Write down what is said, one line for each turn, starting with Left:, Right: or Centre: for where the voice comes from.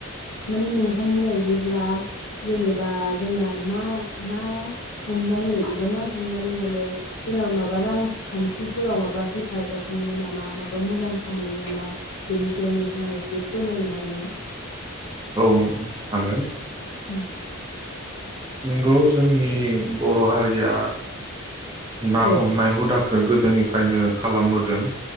Left: माने नोंथांनि बायदिब्ला जेनेबा जोंना ना ना हमनानै एबा ना गुरनानै माने जोंना माबा रांखान्थिफोराव माबा हेफाजाब मोनो नामा माबा मुलाम्फा मोनो नामा बेनि सायाव नोंथाङा एसे फोरमायनो हागोन ना
Right: औ ओं हागोन
Left: उम <unintelligible>
Right: नोंगौ जोंनि बर' हारिया ना
Left: औ
Right: हमनाय हुदाखो गोदोनिफ्रायनो
Left: औ
Right: खालामबोदों